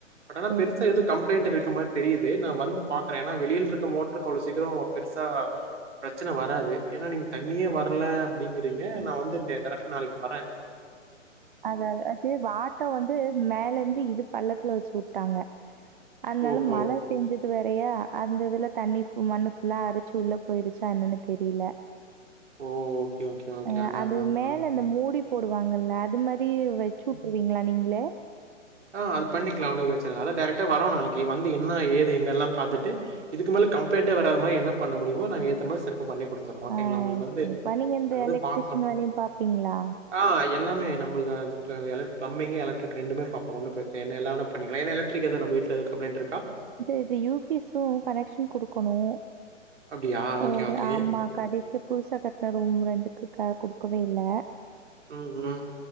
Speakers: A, on the right; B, on the right.
A: பட்டானா
B: சரி,
A: பெருசா
B: சரி.
A: எது கம்ளைண்ட் இருக்க மாரி தெரியுது நான் வந்து பாக்றேன் ஏனா வெளியில்ருக் மோட்டருக்கு அவ்வளோ சீக்கரம் பெருசா பிரச்சனை வராது ஏன்னா நீங்க தண்ணீயே வரல அப்படிங்கறீங்க நான் வந்து இந்த <unintelligible> நாளைக்கு வறேன்
B: அத அது வாட்டம் வந்து மேல இருந்து இது பள்ளத்துல வெச்சு வுட்டாங்க அதனால
A: ஓஹோ!
B: மழை பேஞ்சு து இது வேரையா அந்த இதுல தண்ணி மண்ணு ஃபுல்லா அறிச்சு உள்ள போயிருச்சா என்னன்னு தெரியில
A: ஓ! Okay, okay, okay.
B: அஹ்
A: அதான்,
B: அது
A: அதான். அதான்.
B: மேல இந்த மூடி போடுவாங்கல்ல இது மாரி வெச்சு வுட்ரீங்களா நீங்ளே
A: ஆஹ் அது பண்ணிக்கலா ஒன்னு பிரச்சன இல்ல அதா டைரக்டா வரோ நாளைக்கு வந்து என்னா ஏது எங்கல்லா பாத்துட்டு இது மேல கம்ப்ளைன்டே வராத மாரி என்ன பண்ண முடியுமோ நாங்க ஏத்த மாரி செய் ப்ப பண்ணி குடுத்திட்றோம் ஓகேங்களா
B: ஆ
A: உங்களுக்கு வந்து
B: இப்ப நீங்க இந்த
A: அது வந்து
B: எலக்ட்ரிஷியன்
A: பாக்கணும்
B: வேலையும் பார்ப்பீங்களா?
A: ஆஹ் எல்லாமே நம்பில்தா த எலக் பிளம்பிங்கு எலக்ட்ரிக் ரெண்டுமே பாப் ஒன்னு பிரச்சனை இல்ல எல்லாவேனா பண்ணிக்கலா ஏன்னா எலக்ட்ரிக் ஏது நம்ம வீட்ல ஏது கப்ளைண்ட் இருக்கா
B: இந்த இது யூ பி எஸும் கனெக்ஷன் குடுக்கணும்
A: அப்டியா? ஓகே,
B: ஒரு
A: ஓகே.
B: ஆமா கடைசி புதுசா கட்டின ரூம் ரெண்டுக்கு குடுக்கவே இல் இல்ல
A: உம் ம்